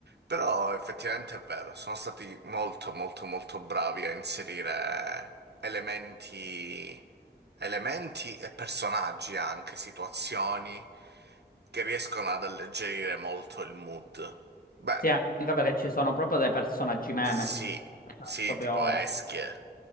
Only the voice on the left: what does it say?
Sì, anche perché ci sono proprio dei personaggi meme,
Cioè,
proprio